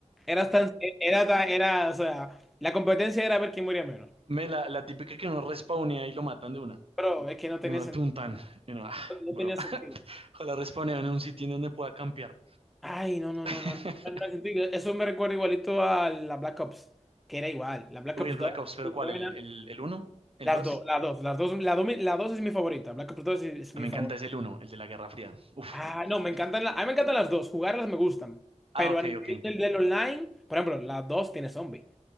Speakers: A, in the centre; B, on the right (about 50°).
A: Era tan, era tan- era, o sea, la competencia era ver quién moría menos.
B: la, la típica que uno respawnea y lo matan de una.
A: Pero es que no tenía
B: Y uno
A: sentido,
B: tuntan. Y uno, ah,
A: no
B: bro.
A: tenía
B: <laughs>
A: sentido.
B: Ojalá respawneo en un sitio en donde pueda campear.
A: Ay, no, no, no,
B: <laughs>
A: no, no, no tenía sentido. Eso me recuerda igualito a la Black Ops, que era igual. La Black
B: Uy,
A: Ops
B: el Black
A: dos
B: Ops, pero
A: muy
B: ¿cuál?
A: buena.
B: ¿El, el, el uno ¿El
A: Las
B: 2?
A: dos, las dos, las dos, la dos, mi- la dos es mi favorita. Black Ops dos es, es mi
B: Me encanta
A: favorita.
B: ese el uno el de la Guerra Fría. Uf,
A: Ah,
B: man,
A: no, me
B: qué
A: encantan, la-
B: juegote.
A: a mí me encantan las dos, jugarlas me gustan,
B: Ah,
A: pero
B: ok,
A: a nivel
B: ok.
A: del, del online, por ejemplo, las dos tiene zombie.